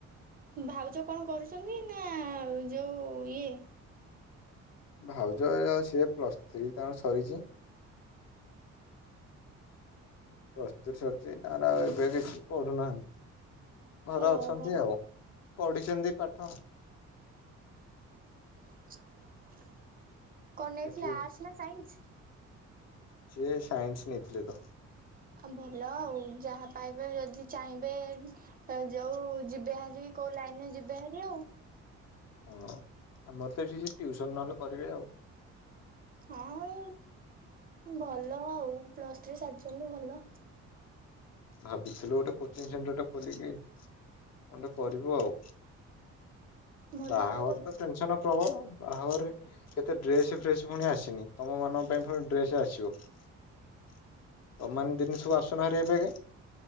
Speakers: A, on the right; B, on the left.
A: ଭାଉଜ କଣ କରୁଛନ୍ତି ନା ଯୋଉ ଇଏ।
B: ଭାଉଜ ସିଏ ପ୍ଲସ ଥ୍ରୀ ତାଙ୍କ ସରିଛି। ପ୍ରସ ତ୍ରି ସରଛି ତାଙ୍କର ଆଉ ଏବେ କିଛି ପଢୁନାହାନ୍ତି। ଘରେ
A: ଓହୋ
B: ଅଛନ୍ତି ଆଉ। ପଢ଼ିଛନ୍ତି ପାଠ।
A: <inaudible> କଣ ନେଇଥିଲା
B: ଏଠି
A: ଆର୍ଟସ୍ ନା ସାଇନ୍ସ
B: ସିଏ ସାଇନ୍ସ ନେଇଥିଲେ ତ
A: ଭଲ ଆଉ ଯାହା ପାଇବେ ଯଦି ଚାହିଁବେ ଯୋଉ ଯିବେ ହାରି କୋଉ ଲାଇନରେ ଯିବେ ହାରି ଆଉ
B: ହଁ ଆମର ତ ଯୋଉ ଟିଉସନ ନହେଲେ କରିବେ ଆଉ
A: ହଁ ଭଲ ଆଉ ପ୍ଲସ୍ ଥ୍ରୀ ସାରିଛନ୍ତି ଭଲ।
B: ଭାବିଥିଲୁ ଗୋଟେ କୋଚିଂ ସେଣ୍ଟର ଟା ଖୋଲିକି ଗୋଟେ କରିବୁ ଆଉ।
A: ଭଲ
B: ବାହାଘର
A: ଆଉ ଏବେ
B: ତ ଟେନସନ ପ୍ରବଳ ବାହାଘରରେ। କେତେ ଡ୍ରେସ ଫ୍ରେସ ପୁଣି ଆସିନି ତମ ମାନଙ୍କ ପାଇଁ ପୁଣି ଡ୍ରେସ ଆସିବ ତମ ଦିନି ସବୁ ଆସୁନ ହେରି ଏବେ କା